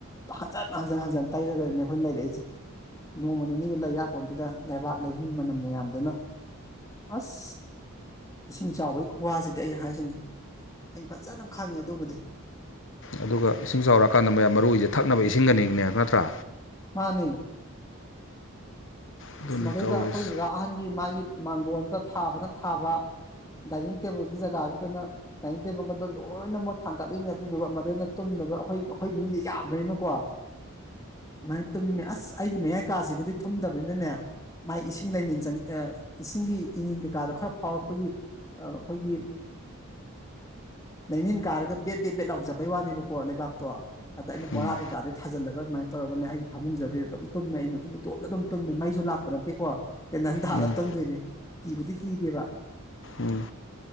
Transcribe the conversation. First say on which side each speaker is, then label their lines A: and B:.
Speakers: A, on the left (about 15°); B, on the left (about 60°).
A: ꯍꯟꯖꯤꯟ ꯍꯟꯖꯤꯟ ꯍꯟꯖꯤꯟ ꯇꯩꯔꯒꯅꯦ ꯑꯩꯈꯣꯏꯅ ꯂꯩꯔꯛꯏꯁꯦ ꯅꯣꯡꯃ ꯅꯤꯅꯤꯒꯤ ꯂꯩꯌꯥꯛꯄꯣꯟꯗꯨꯗ ꯂꯩꯕꯥꯛ ꯂꯩꯍꯤꯡ ꯃꯅꯝ ꯃꯌꯥꯝꯗꯨꯅ ꯑꯁ ꯏꯁꯤꯡ ꯆꯥꯎꯕꯒꯤ ꯈꯨꯋꯥꯁꯤꯗꯤ ꯑꯩ ꯍꯥꯏꯁꯤꯅꯤ ꯑꯩ ꯐꯖꯅ ꯈꯪꯉꯤ ꯑꯗꯨꯃꯗꯤ
B: ꯑꯗꯨꯒ ꯏꯁꯤꯡ ꯆꯥꯎꯔꯛꯑꯀꯥꯟꯗ ꯃꯌꯥꯝ ꯃꯔꯨ ꯑꯣꯏꯁꯦ ꯊꯛꯅꯕ ꯏꯁꯤꯡꯒꯅꯤꯅꯦ ꯅꯠꯇ꯭ꯔꯥ
A: ꯃꯥꯅꯤ
B: ꯑꯗꯨꯅꯤ
A: ꯑꯁ ꯃꯗꯩꯗ
B: ꯇꯧꯔꯤꯁꯦ
A: ꯑꯩꯈꯣꯏꯗꯨꯗ ꯑꯍꯟꯒꯤ ꯃꯥꯒꯤ ꯃꯥꯡꯒꯣꯟꯜꯗꯨꯗ ꯊꯥꯕꯅ ꯊꯥꯕ ꯗꯥꯏꯅꯤꯡ ꯇꯦꯕꯜꯒꯤ ꯖꯒꯥꯗꯨꯗꯅ ꯗꯥꯏꯅꯤꯡ ꯇꯦꯕꯜꯒꯗ ꯂꯣꯏꯅꯃꯛ ꯊꯥꯡꯒꯠꯂꯤꯅꯤ ꯑꯗꯨꯗꯨꯒ ꯃꯗꯩꯅ ꯇꯨꯝꯗꯅꯕ ꯑꯩꯈꯣꯏ ꯑꯩꯈꯣꯏ ꯃꯤꯁꯦ ꯌꯥꯝꯕꯅꯤꯅꯀꯣ ꯑꯗꯨꯃꯥꯏꯅ ꯇꯨꯝꯃꯦ ꯑꯁ ꯑꯩꯒꯤ ꯃꯌꯥꯏ ꯀꯥꯁꯤꯕꯨꯗꯤ ꯊꯨꯝꯗꯕꯅꯤꯅꯅꯦ ꯃꯥꯏ ꯏꯁꯤꯡ ꯂꯩꯅꯤꯟ ꯆꯪ ꯏꯁꯤꯡꯒꯤ ꯏꯅꯤꯟ ꯀꯩꯀꯥꯗꯣ ꯈꯔ ꯐꯥꯎꯔꯛꯄꯒꯤ ꯑꯩꯈꯣꯏꯒꯤ ꯂꯩꯅꯤꯟ ꯀꯥꯔꯒ ꯕꯦꯠ ꯕꯦꯠ ꯕꯦꯠ ꯂꯥꯎꯖꯕꯩ ꯋꯥꯅꯦꯕꯀꯣ ꯂꯩꯕꯥꯛꯇꯣ ꯑꯗ ꯑꯩꯅ ꯕꯣꯔꯥ
B: ꯎꯝ
A: ꯀꯩꯀꯥꯗ ꯊꯥꯖꯤꯜꯂꯒ ꯑꯗꯨꯃꯥꯏꯅ ꯇꯧꯔꯒꯅꯦ ꯑꯩꯒꯤ ꯐꯃꯨꯡꯗꯗꯤ ꯑꯗꯨꯝ ꯇꯨꯝꯃꯦ ꯑꯩꯅ ꯑꯗꯨꯝ ꯏꯇꯣꯝꯅ ꯑꯗꯨꯝ ꯇꯨꯝꯃꯦ ꯃ ꯨ ꯂꯥꯛꯄ ꯅꯠꯇꯦꯀꯣ ꯀꯦꯟꯗꯟꯗ ꯍꯥꯜꯂꯒ
B: ꯎꯝ
A: ꯇꯧꯗꯣꯏꯅꯦ ꯀꯤꯕꯨꯗꯤ ꯀꯤꯗꯦꯕ
B: ꯎꯝ